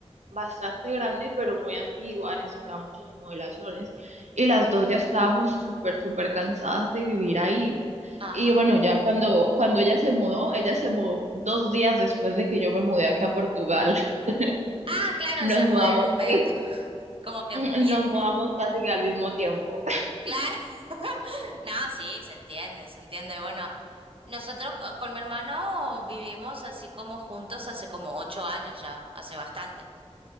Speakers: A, on the right (about 85°); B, on the right (about 50°).
A: bastante grande, pero muy antigua, necesitaba muchas remodelaciones y las dos ya estábamos súper, súper cansadas de vivir ahí.
B: ajá.
A: Y bueno, ya cuando, cuando ella se mudó, ella se mudó dos días después de que yo me mudé aquí a Portugal. <laughs>
B: Ah, claro,
A: Nos
B: o sea,
A: mudamos,
B: fue inmediato.
A: sí,
B: Como
A: <laughs>
B: que
A: mm,
B: bien
A: nos
B: inmediato.
A: mudamos casi que al mismo tiempo. <laughs>
B: Claro. <laughs> No, sí, se entiende, se entiende. Bueno, nosotros co- con, mi hermano vivimos así como juntos hace como ocho años ya, hace bastante,